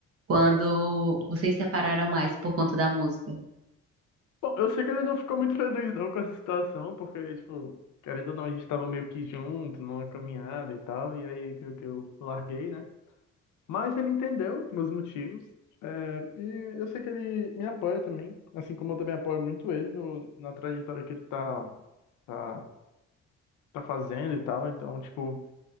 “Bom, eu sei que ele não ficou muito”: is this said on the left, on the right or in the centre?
Left